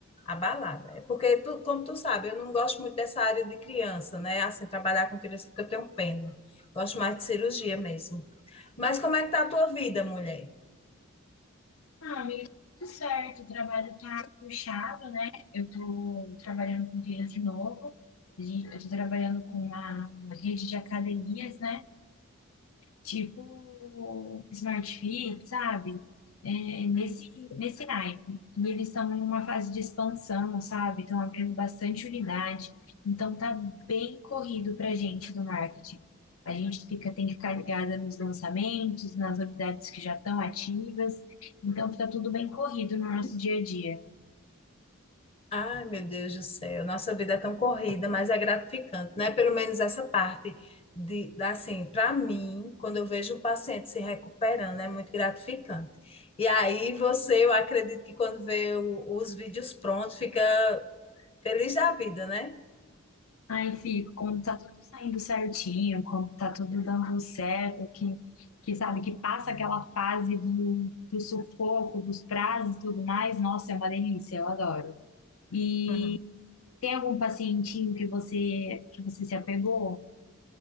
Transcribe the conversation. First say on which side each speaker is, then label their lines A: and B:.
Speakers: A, on the left; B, on the left.
A: Abalada. É Porque, tu, como tu sabe, eu não gosto muito dessa área de criança, né? Assim, trabalhar com criança, porque eu tenho pena. Gosto mais de cirurgia mesmo. Mas como é que tá a tua vida, mulher?
B: Ah, amiga, tudo certo. O trabalho tá puxado, né? Eu tô trabalhando com clientes de novo. A gente- Eu tô trabalhando com uma rede de academias, né? tipo Smart Fit, sabe? É, nesse, nesse naipe. E eles estão em uma fase de expansão, sabe? Estão abrindo bastante unidade. Então tá bem corrido pra gente do marketing. A gente fica, tem que ficar ligada nos lançamentos, nas unidades que já estão ativas. Então fica tudo bem corrido no nosso dia a dia.
A: Ai, meu Deus do céu, nossa vida é tão corrida, mas é gratificante, né? Pelo menos essa parte de, da- assim, para mim, quando eu vejo um paciente se recuperando, é muito gratificante. E aí você, eu acredito que quando vê o- os vídeos prontos, fica Feliz da vida, né?
B: Aí fico, quando tá tudo saindo certinho, quando tá tudo dando certo, que, que sabe, que passa aquela fase do, do sufoco, dos prazos e tudo mais, nossa, é uma delícia, eu adoro. E
A: Uhum.
B: tem algum pacientinho que você, que você se apegou?